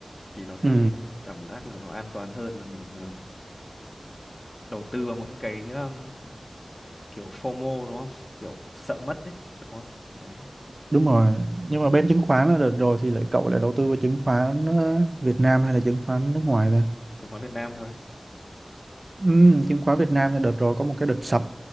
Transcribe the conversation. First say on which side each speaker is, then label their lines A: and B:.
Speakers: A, on the left; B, on the right.
A: thì nó sẽ
B: ừ,
A: cảm giác là nó an toàn hơn là mình ờ, đầu tư vào những cái um, kiểu FOMO đúng không kiểu sợ mất đấy đúng không đấy
B: đúng rồi nhưng mà bên chứng khoán là đợt rồi thì lại cậu lại đầu tư vào chứng khoán ờ, Việt Nam hay là chứng khoán nước ngoài ta
A: chứng khoán Việt Nam thôi
B: ừ, chứng khoán Việt Nam là đợt rồi có một cái đợt sập